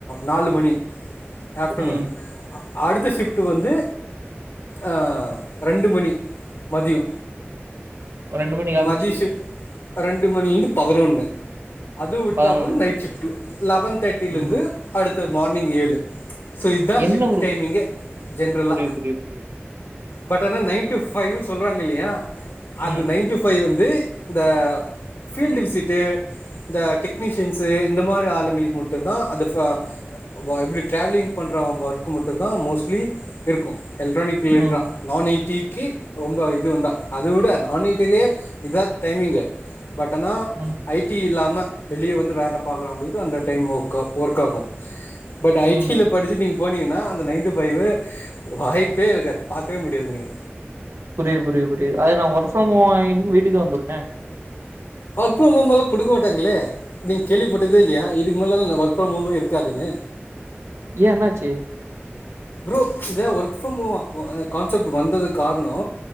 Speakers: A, on the left (about 70°); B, on the right (about 75°).
A: நாலு மணி ஆஃப்டனூன்
B: ம்
A: அடுத்த ஷிஃப்ட்டு வந்து ஆ ரெண்டு மணி மதியோ
B: ரெண்டு மணிக்கு ஆரம்பிச்சு
A: மதியோ ஷுஃப் ரெண்டு மணிலந்து பதினொன்னு அது விட்ட
B: பதினொன்னு
A: அப்புறோ நைட் ஷிப்ட்டு லெவன் தர்ட்டிலந்து
B: ம்
A: அடுத்த மார்னிங் ஏழு சோ இதா
B: என்ன
A: ஷிஃப்ட்டு
B: ப்ரோ
A: டைமிங்கே ஜென்ரல்லா
B: புரியுது புரியுது புரியுது
A: பட் ஆனா நைன் டூ ஃபைவ்னு சொல்றாங்க இல்லையா அது
B: ம்
A: நைன் டூ ஃபைவ் வந்து இந்த ஃபீல்டு விசிட்டு இந்த டெக்னீஷியன்ஸு இந்த மாரி ஆளுங்களுக்கு மட்டுந்தா அது ஃப வ இப்டி டிராவிலிங் பண்றவ ஒர்க் மட்டுந்தா மோஸ்ட்லி இருக்கோ எல்க்ட்ரானிக் ரிலேட்ரா
B: ம் ம்
A: நா எயிட்டிக்கு ரொம்ப இது வந்தா அது விட நா எயிட்டிலயே இதா டைமிங்கு பட் ஆனா
B: <unintelligible>
A: ஐ டி இல்லாம வெளிய வந்து வேல பாக்குறவுங்குளுக்கு அந்த டைம் ஒர்கா ஒர்க் ஆகோ பட்
B: ம்
A: ஐ டில படிச்சுட்டு நீங்க போனீங்கன்னா அந்த நைன் டூ ஃபைவு வாய்ப்பே இருக்காது பாக்கவே முடியாது நீங்க
B: புரிது புரிது புரிது அது நா வொர்க் ஃப்ரம் ஹோம் வாங்கிட் வீட்டுக்கு வந்துர்ப
A: வொர்க் ஃப்ரம் ஹோம்லா குடுக்கமாட்டாங்களே நீங்க கேள்விப்பட்டதே இல்லையா இதுக்கு மேலலா வொர்க் ஃப்ரம் ஹோமே இருக்காதுனு
B: ஏ என்னாச்சு
A: ப்ரோ இந்த work from home uh concept வந்தது கார்ணோ